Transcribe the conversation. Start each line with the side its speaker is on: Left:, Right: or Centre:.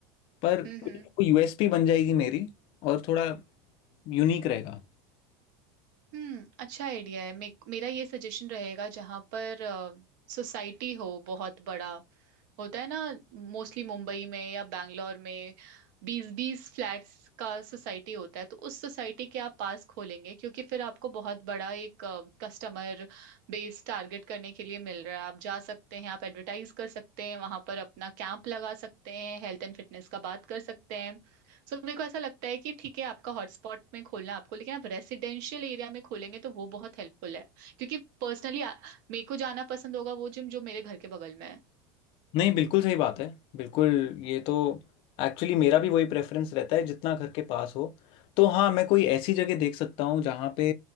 Left: पर
Right: हम्म हम्म
Left: यूएसपी बन जाएगी मेरी और थोड़ा यूनिक रहेगा
Right: हम्म अच्छा आइडिया है मे, मेरा ये सजेशन रहेगा जहाँ पर सोसाइटी हो बहुत बड़ा होता है ना मोस्टली मुंबई में या बैंगलोर में बीस बीस फ्लैट्स का सोसाइटी होता है तो उस सोसाइटी के आप पास खोलेंगे क्योंकि फिर आपको बहुत बड़ा एक कस्टमर बेस टारगेट करने के लिए मिल रहा है आप जा सकते हैं आप एडवर्टाइज कर सकते हैं वहां पर अपना कैंप लगा सकते हैं हेल्थ एंड फिटनेस का बात कर सकते हैं सो मेरे को ऐसा लगता है कि ठीक है आपका हॉटस्पॉट में खोलना है आपको लेकिन आप रेसिडेंशियल एरिया में खोलेंगे तो वो बहुत हेल्पफुल है क्योंकि पर्सनली मेरे को जाना पसंद होगा वो जिम जो मेरे घर के बगल में है
Left: नहीं बिल्कुल सही बात है बिल्कुल ये तो एक्चुअली मेरा भी वही प्रेफरेंस रहता है जितना घर के पास हो तो हाँ मैं कोई ऐसी जगह देख सकता हूँ जहाँ पे